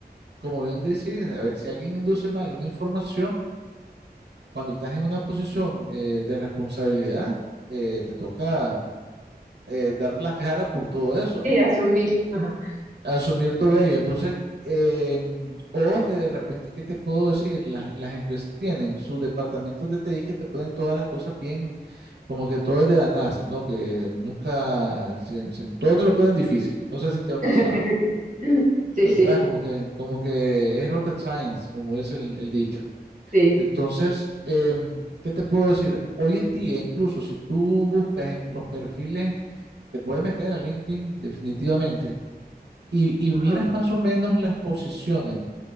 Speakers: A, on the right (about 85°); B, on the right (about 50°).
A: como bien decís, a ver, si alguien induce mal una información, cuando estás en una posición eh, de responsabilidad, eh, te toca eh, dar la cara por todo eso, ¿no?
B: asumir. Ajá.
A: Asumir todo ello. Entonces, eh, o que de repente, ¿qué te puedo decir? Las, las empresas tienen sus departamentos de TI que te ponen todas las cosas bien, como que todo es de la NASA, ¿no? Que nunca, si- si- todo te lo ponen difícil. No sé si te ha pasado,
B: <laughs> Sí,
A: ¿verdad?
B: sí,
A: Como que, como que es rocket science, como es el el dicho.
B: sí.
A: Entonces, em, ¿qué te puedo decir? Hoy en día, incluso si tú buscas en los perfiles, te puedes meter a LinkedIn definitivamente y, y
B: Ajá.
A: miras más o menos las posiciones